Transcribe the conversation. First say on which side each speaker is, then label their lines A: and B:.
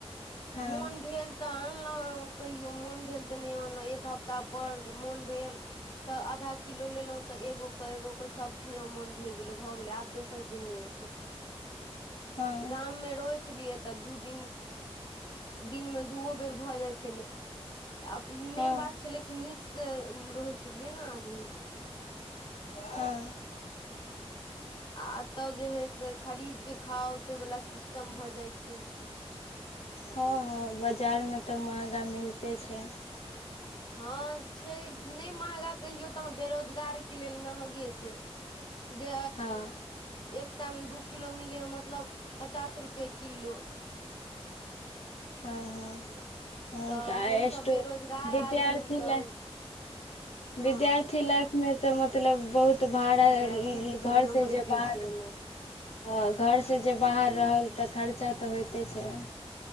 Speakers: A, on the left; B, on the left.
A: हँ
B: मोन भेल तऽ अनलहु कहियो मोन भेल तऽ नहि अनलहु एक हफ्ता पर मोन भेल तऽ आधा किलो लेलहुं तऽ एगो कऽ एगो के सब खेलों मोन भरि गेले भऽ गेले आब दोस दिन नहि ऐतय
A: हँ
B: गाम मे रहै छलियै तऽ दू दिन दिन मे दूओ बेर भऽ जाइ छलैय आ मेन
A: हँ
B: बात छलै कि नीकसँ रहै छलियै नऽ आदमी
A: हँ
B: आ एतऽ जे हय से खरीद कऽ खाउ से वला सिस्टम भऽ जाइ छै
A: हँ हँ बाजार मऽ तऽ महगा मिलते छै
B: हँ छै नहि महगा कहियौ तऽ बेरोजगारक लेल महगे छै जे
A: हँ
B: एक सएमे दू किलो मिलै हइ मतलब पचास रुपैए किलो
A: हँ हँ हुनका
B: तऽ हमसभ
A: <unintelligible>
B: बेरोजगार
A: विद्यार्थी
B: आदमी तऽ
A: ल
B: हँ
A: विद्यार्थी लाइफ मऽ तऽ मतलब बहुत त भड़ा
B: विद्यार्थी जीवन
A: घर
B: मे
A: से
B: होइते
A: जे बाहर
B: छै ने
A: ह घर से जे बाहर रहल तऽ खर्चा तऽ होइते छै